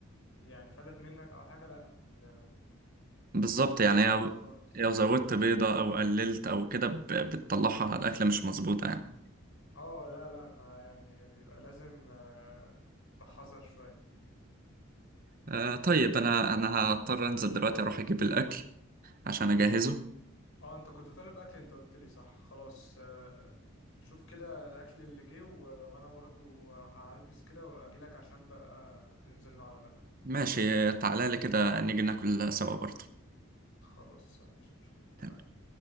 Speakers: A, on the left; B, on the right.
A: يعني فلت منك او حاجه لا ب...
B: بالظبط
A: بتعك
B: يعني لو
A: خالص
B: لو
A: فاهم
B: زودت بيضه او قللت او كده ب... بتطلعها على الاكله مش مظبوطه يعني
A: اه لا لا ما يعني بيبقى لازم آه، بحذر شويه
B: آه طيب انا انا هضطر انزل دلوقتي اروح اجيب الاكل عشان اجهزه
A: اه انت كنت طالب اكل انت قلت لي صح خلاص آه، شوف كده الاكل اللي جه و... وانا برضو هلبس كده واجي لك عشان بقى ننزل نقعد على القهوه
B: ماشي تعالى لي كده نيجي ناكل سوا برضه
A: خلاص مفيش مشكله اتفقنا
B: تمام.